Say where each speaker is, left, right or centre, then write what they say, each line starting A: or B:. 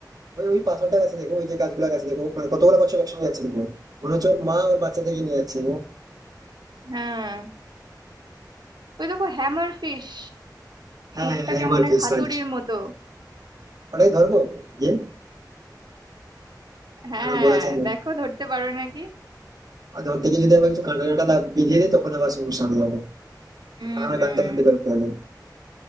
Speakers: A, on the right; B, on the right.
A: ওই ওই পাথরটা গাছে দেখো ওই যে গাছগুলা গাছে দেখো মানে কতগুলো কচ্ছপ একসঙ্গে যাচ্ছে দেখো মনে হচ্ছে ওর মা ওর বাচ্চা থেকে নিয়ে যাচ্ছে
B: হ্যাঁ ওই দেখো হ্যামার ফিশ
A: হ্যাঁ
B: মুখটা
A: হ্যাঁ হ্যাঁ
B: কেমন
A: এবার ফিক্স
B: এক হাতুড়ির
A: রাইট
B: মতো
A: ওটাই ধরবো ইয়ে
B: হ্যাঁ
A: না না, বলা যায় না
B: দেখো ধরতে পারো নাকি
A: আর ধরতে গিয়ে যদি আবার কিছু কাঁটা কাঁটা দাগ বিঁধিয়ে দিই তখন আবার সমস্যা হয়ে যাবে
B: হুম
A: আমার
B: হুম
A: কাঁদতে কাঁদতে বেরোতে হবে